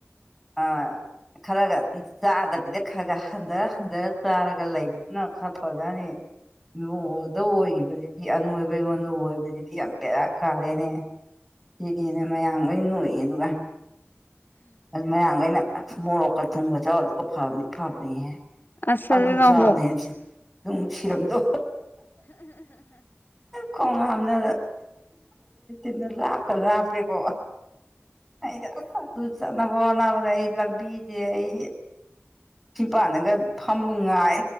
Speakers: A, in the centre; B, on the left.
A: ꯑ ꯈꯔꯒ ꯆꯥꯗꯕꯤꯗ ꯈꯔ ꯈ ꯍꯟꯊꯔ ꯍꯟꯊꯔ ꯆꯥꯔꯒ ꯂꯩꯕꯗꯨꯅ ꯈꯔ ꯐꯖꯅꯤ ꯂꯗ ꯑꯣꯏꯈꯤꯕꯗꯨꯗꯤ ꯑꯅꯣꯏꯕ ꯑꯩꯉꯣꯟꯗ ꯑꯣꯏꯕꯕꯁꯤꯗꯤ ꯌꯥꯝ ꯕꯦꯔꯥ ꯀꯥꯔꯦꯅꯦ ꯁꯤꯗꯤꯅꯦ ꯃꯌꯥꯝ ꯂꯣꯏ ꯂꯣꯛꯏ ꯑꯗꯨꯒ ꯑꯗꯨ ꯃꯌꯥꯈꯩꯅ ꯃꯣꯔꯣꯛꯀ ꯊꯨꯝꯒ ꯆ ꯑꯗꯨꯒꯀ ꯐꯕꯅꯤ ꯐꯥꯕꯅꯤꯍꯦ
B: ꯑꯁ
A: ꯑꯗꯨ
B: ꯑꯗꯨꯅ
A: ꯑꯗꯨ ꯆꯗꯦꯖꯤ
B: ꯑꯃꯨꯛ
A: ꯑꯗꯨꯝ ꯁꯤꯔꯝꯗꯣ ꯈꯣꯡ ꯍꯥꯝꯗ ꯟꯅ ꯂꯥꯞꯀ ꯂꯥꯞꯄꯦꯀꯣ ꯑꯩꯗ ꯑꯗꯨ ꯆꯕꯣꯅ꯭ꯔ ꯑꯩ ꯂ ꯕꯤꯖ ꯑꯩ ꯆꯤꯄꯥꯟꯅꯒ ꯐꯝꯕ ꯉꯥꯏ